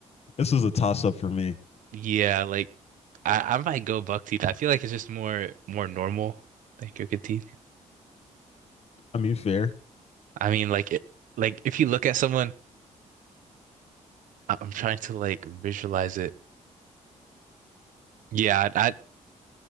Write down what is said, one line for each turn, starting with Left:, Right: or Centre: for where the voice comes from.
Left: This is a toss up for me.
Right: Yeah, like I, I might go buck teeth. I feel like it's just more more normal than crooked teeth.
Left: I mean, fair.
Right: I mean, like it, like if you look at someone, I- I'm trying to like visualize it. Yeah, I'd, I'd